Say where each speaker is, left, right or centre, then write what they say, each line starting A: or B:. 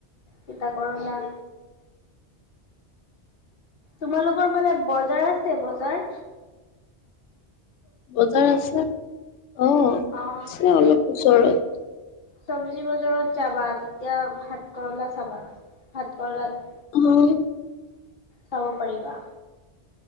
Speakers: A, on the left (about 50°); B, on the left (about 80°).
A: তিতা কৰলা তোমালোকৰ ফালে বজাৰ আছে বজাৰ
B: বজাৰ আছে অ',
A: অ'।
B: আছে অলপ ওচৰত
A: চব্জি বজাৰত যাবা তেতিয়া ভাত কৰলা চাবা ভাত কৰলাত
B: হয়,
A: চাব পাৰিবা